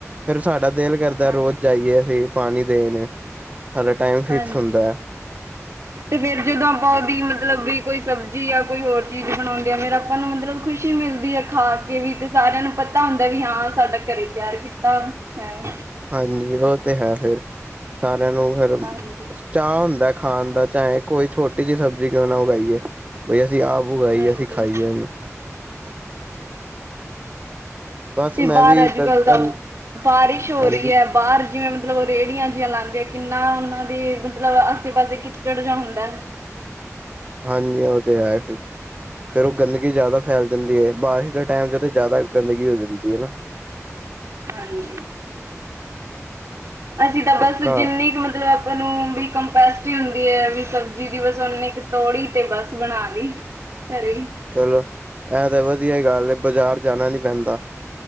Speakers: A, on the right; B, on the right.
A: ਫਿਰ ਸਾਡਾ ਦਿਲ ਕਰਦਾ
B: ਹਾਂਜੀ,
A: ਰੋਜ਼ ਜਾਈਏ ਅਸੀਂ ਪਾਣੀ ਦੇਣ। ਸਾਡਾ ਟਾਈਮ ਫਿਕਸ
B: ਹਾਂਜੀ।
A: ਹੁੰਦਾ ਐ।
B: ਤੇ ਫੇਰ ਜਦੋਂ ਆਪਾਂ ਓਦੀ ਮਤਲਬ ਵੀ ਕੋਈ ਸਬਜ਼ੀ ਜਾਂ ਕੋਈ ਹੋਰ ਚੀਜ਼ ਬਣਾਉਂਦੇ ਆ ਮੇਰਾ ਆਪਾਂ ਨੂੰ ਮਤਲਬ ਖੁਸ਼ੀ ਮਿਲਦੀ ਏ ਖਾ ਕੇ ਵੀ ਤੇ ਸਾਰਿਆਂ ਨੂੰ ਪਤਾ ਪਤਾ ਹੁੰਦਾ ਵੀ ਹਾਂ, ਸਾਡਾ ਘਰੇ ਤਿਆਰ ਕੀਤਾ ਹੈ।
A: ਹਾਂਜੀ, ਓ ਤੇ ਹੈ ਫਿਰ ਸਾਰਿਆਂ ਨੂੰ ਫਿਰ
B: ਹਾਂਜੀ,
A: ਚਾਅ ਹੁੰਦਾ ਖਾਣ ਦਾ, ਚਾਏ ਕੋਈ ਛੋਟੀ ਜੀ ਸਬਜ਼ੀ ਕਿਉਂ ਨਾ ਉਗਾਈਏ, ਬਈ ਅਸੀਂ ਆ ਉਗਾਈ
B: ਹਾਂਜੀ
A: ਏ ਅਸੀਂ ਖਾਈਏ ਐਨੂੰ। ਬਸ
B: ਤੇ
A: ਮੈਂ
B: ਬਾਰ
A: ਵੀ
B: ਅੱਜ-ਕਲ
A: ਕ
B: ਤਾਂ
A: ਪਹਿਲ
B: ਬਾਰਿਸ਼ ਹੋ
A: ਹਾਂਜੀ
B: ਰਈ ਐ। ਬਾਰ ਜਿਵੇਂ ਮਤਲਬ ਰੇਹੜੀਆਂ ਜਿਈਆਂ ਲਾਂਦੇ ਕਿੰਨਾ ਓਨਾਂ ਦੇ ਮਤਲਬ ਆਸੇ-ਪਾਸੇ ਕਿੱਚੜ ਜਿਆ ਹੁੰਦਾ ਐ।
A: ਹਾਂਜੀ ਓ ਤੇ ਹੈ ਫਿਰ, ਫੇਰ ਓ ਗੰਦਗੀ ਜ਼ਿਆਦਾ ਫੈਲ ਜਾਂਦੀ ਐ। ਬਾਰਿਸ਼ ਦੇ ਟੈਮ ਚ ਤੇ ਜ਼ਿਆਦਾ ਗੰਦਗੀ ਹੋ ਜਾਂਦੀ ਐ ਨਾਂ।
B: ਹਾਂਜੀ। ਅਸੀਂ ਤਾਂ
A: ਪੱਕਾ
B: ਬਸ ਜਿੰਨੀ ਕੁ ਮਤਲਬ ਅਪ ਨੂੰ ਵੀ ਕੰਪੈਸਿਟੀ ਹੁੰਦੀ ਐ ਵੀ ਸਬਜ਼ੀ ਦੀ ਬਸ ਓਨੀਂ ਕ ਤੋੜੀ ਤੇ ਬਸ ਬਣਾ ਲੀ। ਘਰੇ ਈ।
A: ਚਲੋ, ਐ ਤੇ ਵਧੀਆ ਈ ਗੱਲ ਏ ਬਜ਼ਾਰ ਜਾਣਾ ਨੀਂ ਪੈਂਦਾ।